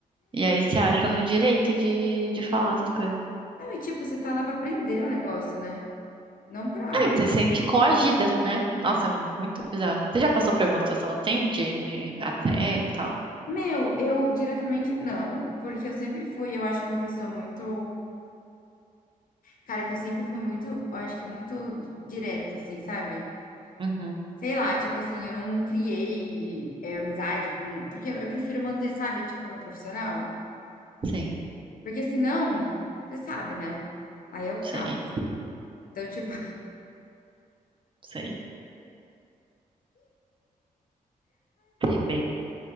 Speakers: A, on the right; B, on the left.
A: E aí se acham no direito de, de falar essas coisas.
B: Não, e, tipo, você tá lá pra aprender o negócio, né? Não pra...
A: É, que você se sente coagida, né? Nossa, muito bizarro. Você já passou por alguma situação assim, de, de assédio e tal?
B: Meu, eu diretamente não, porque eu sempre fui, eu acho que uma pessoa muito Cara, que eu sempre fui muito, eu acho que muito direta, assim, sabe?
A: Uhum.
B: Sei lá, tipo assim, eu não criei é, amizade, com- porque eu prefiro manter, sabe, tipo, no profissional.
A: Sim,
B: Porque senão, você sabe, né? Aí é o
A: sei,
B: caos. Então, tipo,
A: sei. Sei bem.